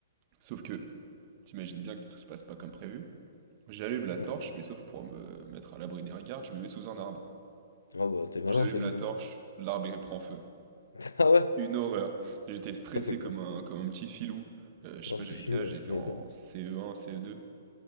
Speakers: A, on the right (about 35°); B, on the left (about 70°).
A: Sauf que, t'imagines bien que tout se passe pas comme prévu. J'allume la
B: Mmh.
A: torche, mais sauf pour me mettre à l'abri des regards, je me mets sous un arbre.
B: Ah bah, t'es malin,
A: J'allume
B: toi, dis
A: la
B: donc.
A: torche, l'arbre il prend feu.
B: <laughs> Ah ouais?
A: Une horreur. J'étais stressé
B: T'as fait quoi?
A: comme un, comme un petit filou. Euh, je sais
B: Un
A: pas,
B: petit
A: j'avais
B: fût,
A: quel
B: ouais,
A: âge, j'étais
B: tu m'étonnes.
A: en CE1, CE2.